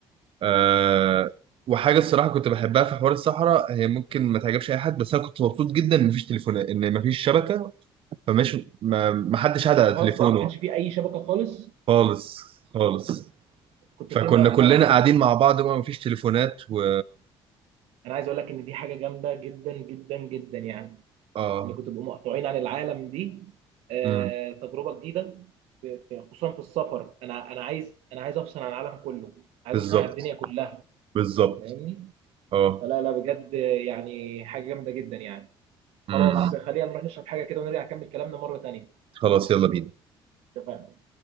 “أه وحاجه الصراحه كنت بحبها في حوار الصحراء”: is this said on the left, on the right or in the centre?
Right